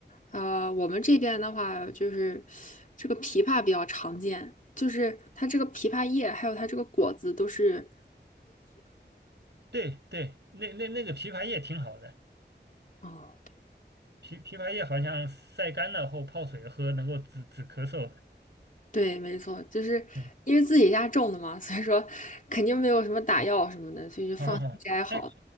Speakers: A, on the left; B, on the right.
A: 呃，我们这边的话，就是这个枇杷比较常见，就是它这个枇杷叶还有它这个果子都是，
B: 对对，那那那个枇杷叶挺好的。
A: 哦，对，
B: 枇枇杷叶好像晒干了后泡水喝，能够止止咳嗽的。
A: 对，没错，就是因为自己家种的嘛，
B: 嗯，
A: 所以说肯定没有什么打药什么的，所以就放心摘好。
B: 好好好。哎，